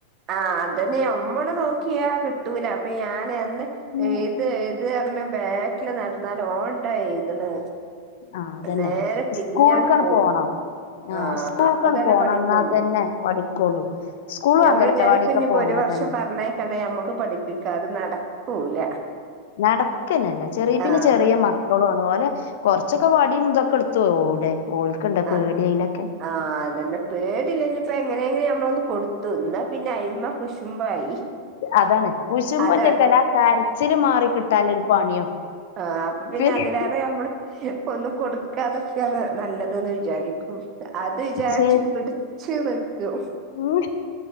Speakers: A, on the right (about 35°); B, on the left (about 55°).
A: ആഹ അതന്നെ നമ്മള് നോക്കിയാ കിട്ടൂല അപ്പൊ ഞാൻ അന്ന്
B: ഉം
A: ഇത് ഇത് പറഞ്ഞ ബാക്കില് നടന്നാല ഓണ്ടായി ഇതിന്
B: ആഹ് അതന്നെ
A: നേരെ തിരിഞ്ഞാണ്ട്
B: സ്കൂൾക്കാണ്
A: പോകും
B: പോണം ആഹ്
A: ആഹ
B: സ്കൂൾക്കാണ്
A: അപ്പൊ തന്നെ
B: പോണം
A: പഠിക്കള്ളൂ
B: എന്നാ തന്നെ പഠിക്കുള്ളൂ സ്കൂളും
A: ഞമ്മൾ
B: അംഗലവാടിയൊക്കെ
A: വിചാരിക്കുഞ്ഞിപ്പോ
B: പോയാ
A: ഒരു വർഷം
B: തന്നെ
A: പറഞ്ഞേക്കണേ ഞമ്മക്ക് പഠിപ്പിക്കാ അത് നടക്കൂല
B: നടക്കനല്ല ചെറിയ പിന്നെ
A: ആഹ്
B: ചെറിയ മ <unintelligible> പോലെ കുറച്ചൊക്കെ വടിയും ഇതൊക്കെ എടുത്തു ഓവിടെ ഓൽക്കണ്ട പേടിയലൊക്കെ
A: ആഹ് ആഹ് അതന്നെ പേടില്ലനി ഇപ്പ എങ്ങനെ എങ്ങനെ മ്മളൊന്ന് കൊടുത്തുന്നാ പിന്നെ അയിമ്മ കുശുമ്പായി
B: അതാണ് പൂശുമ്പറ്റൊക്കല്ല
A: അതെ
B: കരച്ചില് മാറി കിട്ടൽ ഒരു പണിയോ
A: ആഹ അപ്പൊ പിന്നെ
B: പി-
A: അതിലേറെ നമ്മള് ഒന്നും കൊടുക്കാതൊക്കെയാണ് നല്ലത് അതന്ന് വിചാരിക്ക അത് വിചാരിച്ചു
B: ശരി
A: പിടച്ചു നിൽക്കും
B: ഉം